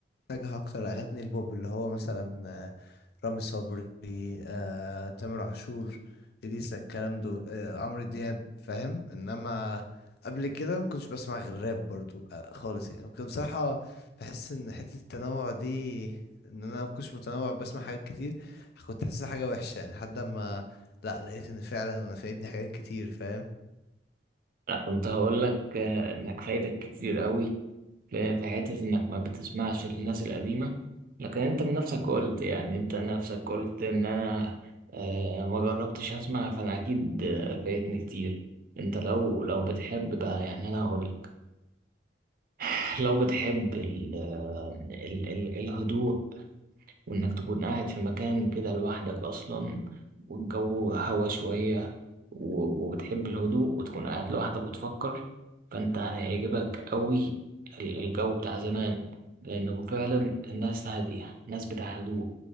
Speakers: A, on the left; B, on the right.
A: اتجه اكتر اغاني البوب اللي هو مثلا رامي صبري آه، تامر عاشور إليسا الكلام ده آه، عمرو دياب فاهم انما قبل كده ما كنتش بسمع غير راب برضو آه، خالص يعني كنت بصراحة بحس ان حتة التنوع دي ان انا ما كنتش متنوع بسمع حاجات كتير كنت حاسسها حاجة وحشة يعني لحد ما لا لقيت ان فعلا انا فايتني حاجات كتير فاهم
B: انا كنت هقول لك آه، انك فايدك كتير قوي في في حته انك ما بتسمعش للناس القديمه لكن انت بنفسك قلت يعني انت نفسك قلت ان انا آه، ما جربتش اسمع فانا اكيد آه، فايتني كتير انت لو لو بتحب بقى يعني انا هقول لك <sighs> لو بتحب ال آه، ال ال الهدوء وإنك تكون قاعد في مكان كده لوحدك أصلا والجو هوا شوية و- وبتحب الهدوء وتكون قاعد لوحدك وتفكر فأنت هيعجبك أوي ال- الجو بتاع زمان لأنهم فعلا الناس هادية الناس بتاع هدوء